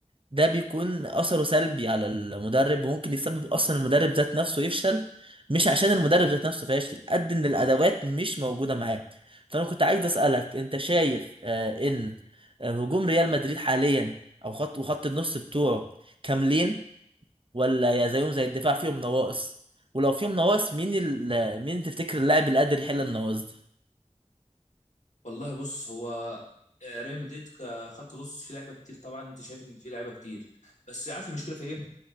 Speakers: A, on the right (about 45°); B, on the left (about 75°).
A: ده بيكون أثره سلبي على المدرب وممكن يسبب أصلا المدرب ذات نفسه يفشل مش عشان المدرب ذات نفسه فاشل قد إن الأدوات مش موجودة معاه فأنا كنت عايز أسألك أنت شايف آه، إن آه، هجوم ريال مدريد حاليا أو خط وخط النص بتوعه كاملين ولا يا زيهم زي الدفاع فيهم نواقص ولو فيهم نواقص مين ال... مين تفتكر اللاعب اللي قادر يحل النواقص دي
B: والله بص هو ريال مدريد كخط نص في لعيبه كتير طبعا انت شايف ان في لعيبه كتير بس عارف المشكله في ايه